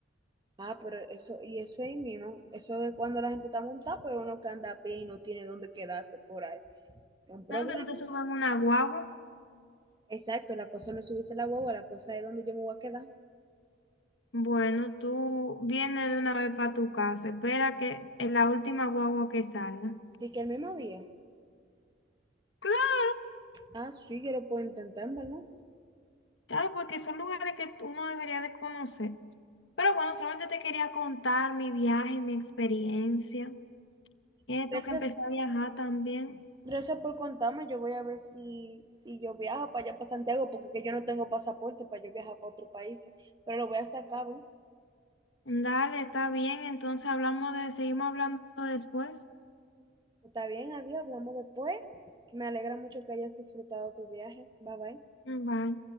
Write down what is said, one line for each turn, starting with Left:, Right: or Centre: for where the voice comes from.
Right: Ah, pero eso, y eso ahí mismo, eso es cuando la gente está montada, pero uno que anda a pie y no tiene dónde quedarse por ahí. Es un problema.
Left: No, que tú te subas en una guagua.
Right: Exacto, la cosa no es subirse a la guagua, la cosa es dónde yo me voy a quedar.
Left: Bueno, tú vienes de una vez para tu casa. Espera que es la última guagua que salga.
Right: Dice que el mismo día.
Left: Claro,
Right: Ah, sí, yo lo puedo intentar, ¿verdad?
Left: claro, porque son lugares que uno debería de conocer. Pero bueno, solamente te quería contar mi viaje y mi experiencia. Tienes
Right: Gracias,
Left: tú que empezar a viajar también.
Right: gracias por contarme. Yo voy a ver si, si yo viajo para allá, para Santiago, porque que yo no tengo pasaporte para yo viajar para otros países, pero lo voy a sacar, ¿ves?
Left: Dale, está bien. Entonces hablamos de, seguimos hablando después.
Right: Está bien, adiós, hablamos después. Me alegra mucho que hayas disfrutado tu viaje. Bye bye.
Left: Bye.